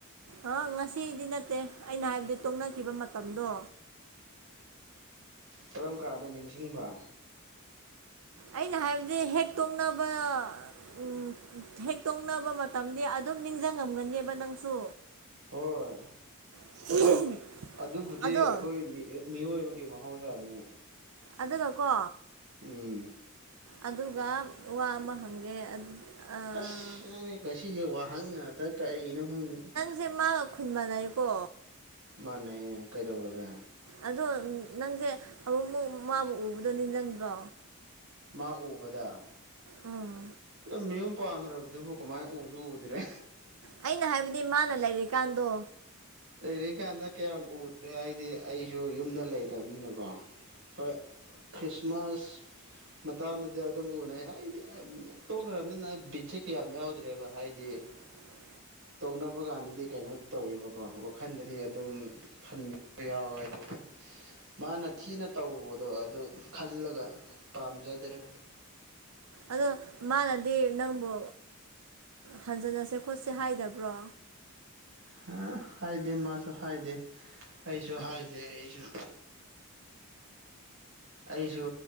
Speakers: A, on the right; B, on the right.
A: ꯑ ꯉꯁꯤꯗꯤ ꯅꯠꯇꯦ ꯑꯩꯅ ꯍꯥꯏꯕꯗꯤ ꯇꯣꯛꯅꯈꯤꯕ ꯃꯇꯝꯗꯣ
B: ꯀꯔꯝ ꯀꯥꯟꯗ ꯅꯤꯡꯁꯤꯡꯕ
A: ꯑꯩꯅ ꯍꯥꯏꯕꯗꯤ ꯍꯦꯛ ꯇꯣꯛꯅꯕ ꯎꯝ ꯍꯦꯛꯇꯣꯛꯅꯕ ꯃꯇꯝꯗꯤ ꯑꯗꯨꯝ ꯅꯤꯡꯁꯤꯡꯉꯝꯒꯅꯦꯕ ꯅꯪꯁꯨ
B: ꯍꯣꯏ
A: <unintelligible>
B: ꯑꯗꯨꯕꯨꯗꯤ
A: ꯑꯗꯣ
B: ꯑꯩꯈꯣꯏ ꯃꯤꯑꯣꯏꯕꯒꯤ ꯃꯍꯧꯁꯥꯅꯤ
A: ꯑꯗꯨꯒꯀꯣ
B: ꯎꯝ
A: ꯑꯗꯨꯒ ꯋꯥ ꯑꯃ ꯍꯪꯒꯦ ꯑꯗꯨ ꯑꯥ
B: ꯑꯁ ꯅꯪ ꯉꯁꯤꯁꯦ ꯋꯥꯍꯪ ꯉꯥꯛꯇ ꯀꯔꯤꯅꯣ ꯈꯪꯗꯦ
A: ꯁꯦ ꯃꯥ ꯈꯨꯟꯕꯅꯥꯏꯀꯣ
B: ꯃꯥꯅꯦꯌꯦ ꯀꯩꯗꯧꯔꯒꯦ
A: ꯑꯗꯣ ꯅꯪꯁꯦ ꯑꯃꯨꯛꯃꯨꯛ ꯃꯥꯕꯨ ꯎꯕꯗ ꯅꯤꯡꯖꯡꯗ꯭ꯔꯣ
B: ꯃꯥ ꯎꯕꯗ
A: ꯎꯝ
B: ꯑ ꯃꯌꯨꯝ ꯄꯥꯟꯈ꯭ꯔꯕꯗꯨꯕꯨ ꯀꯃꯥꯏ ꯎꯁꯨ ꯎꯗ꯭ꯔꯦ
A: ꯑꯩꯅ ꯍꯥꯏꯕꯗꯤ ꯃꯥꯜ ꯂꯩꯔꯦ ꯀꯥꯟꯗ
B: ꯂꯩꯔꯤꯀꯥꯟꯗ ꯀꯌꯥꯝ ꯎꯗ꯭ꯔꯦ ꯍꯥꯏꯗꯤ ꯑꯩꯁꯨ ꯌꯨꯝꯗ ꯂꯩꯇꯕꯅꯤꯅꯀꯣ ꯍꯣꯏ ꯈ꯭ꯔꯤꯁꯃꯥꯁ ꯃꯇꯥꯝꯗꯗꯤ ꯑꯗꯨꯝ ꯎꯅꯩ ꯑꯩꯗꯤ ꯇꯣꯛꯈ꯭ꯔꯕꯅꯤꯅ ꯑꯩ ꯕꯤꯠꯁꯦ ꯀꯌꯥꯝ ꯌꯥꯎꯗ꯭ꯔꯦꯗ ꯍꯥꯏꯗꯤ
A: <unintelligible>
B: ꯇꯧꯅꯕ ꯀꯥꯟꯗꯗꯤ ꯀꯩꯅꯣ ꯇꯧꯋꯦꯕ ꯀꯣ ꯋꯥꯈꯜꯗꯗꯤ ꯑꯗꯨꯝ ꯈꯟꯕ ꯌꯥꯎꯋꯦ ꯑꯗꯨꯒ ꯃꯥꯅ ꯊꯤꯅ ꯇꯧꯕꯗꯣ ꯑꯗꯨ ꯈꯜꯂꯒ ꯄꯥꯝꯖꯗ꯭ꯔꯦ
A: ꯑꯗꯣ ꯃꯥꯅꯗꯤ ꯅꯪꯕꯨ ꯊꯟꯖꯟꯅꯁꯦ ꯈꯣꯠꯁꯦ ꯍꯥꯏꯗꯕ꯭ꯔꯣ
B: ꯍꯥ ꯍꯥꯏꯗꯦ ꯃꯥꯁꯨ ꯍꯥꯏꯗꯦ ꯑꯩꯁꯨ ꯍꯥꯏꯗꯦ ꯑꯩꯁꯨ ꯑꯩꯁꯨ